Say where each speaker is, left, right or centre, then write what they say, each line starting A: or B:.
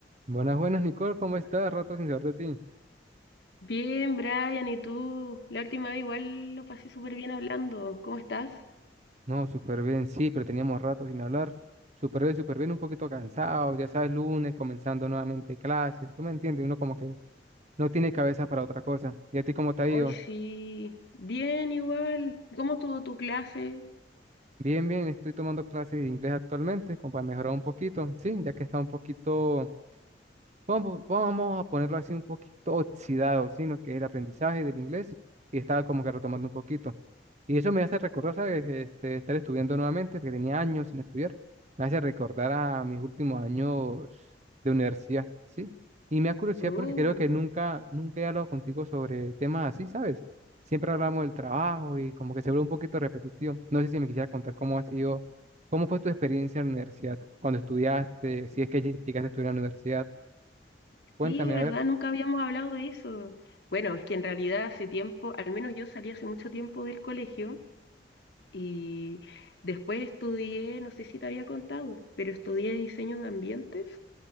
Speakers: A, on the right; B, on the left.
A: Buenas, buenas, Nicole, ¿cómo estás? Rato sin saber de ti.
B: Bien, Brian, ¿y tú? La última vez igual lo pasé súper bien hablando. ¿Cómo estás?
A: No, súper bien, sí, pero teníamos rato sin hablar. Súper bien, súper bien, un poquito cansado, ya sabes, lunes, comenzando nuevamente clases, tú me entiendes, uno como que no tiene cabeza para otra cosa. ¿Y a ti cómo te
B: Hoy
A: ha ido?
B: sí. Bien, igual. ¿Cómo estuvo tu clase?
A: Bien, bien, estoy tomando clases de inglés actualmente, como para mejorar un poquito, sí, ya que está un poquito Vamos, vamos a ponerlo así un poquito oxidado, sino que es el aprendizaje del inglés y estaba como que retomando un poquito. Y eso me hace recordar, ¿sabes? Este, estar estudiando nuevamente, porque tenía años sin estudiar, me hace recordar a mis últimos años de universidad, ¿sí? Y me da curiosidad
B: Oh,
A: porque creo que nunca, nunca he hablado contigo sobre temas así, ¿sabes? Siempre hablamos del trabajo y como que se vuelve un poquito repetitivo. No sé si me quisiera contar cómo ha sido, cómo fue tu experiencia en la universidad, cuando estudiaste, si es que llegaste a estudiar en la universidad. Cuéntame,
B: sí, ¿verdad?
A: a ver,
B: Nunca habíamos hablado de eso. Bueno, es que en realidad hace tiempo, al menos yo salí hace mucho tiempo del colegio y después estudié, no sé si te había contado, pero estudié diseño de ambientes.